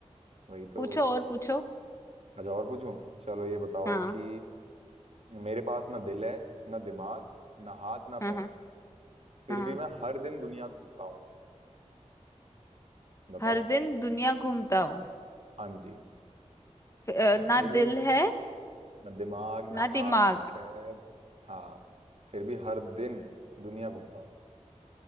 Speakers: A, on the right; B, on the left.
A: वही तो
B: पूछो और पूछो
A: अच्छा और पूछूं चलो ये बताओ
B: हाँ
A: कि मेरे पास ना दिल है ना दिमाग ना हाथ ना
B: हाँ
A: पैर
B: हाँ
A: फिर
B: हाँ
A: भी मैं हर दिन दुनिया घूमता हूँ बताओ
B: हर दिन दुनिया घूमता हूँ
A: हाँ जी
B: फ- अ,
A: ना
B: ना
A: दिल
B: दिल है
A: ना दिमाग ना
B: ना
A: हाथ
B: दिमाग
A: ना पैर हाँ फिर भी हर दिन दुनिया घूमता हूँ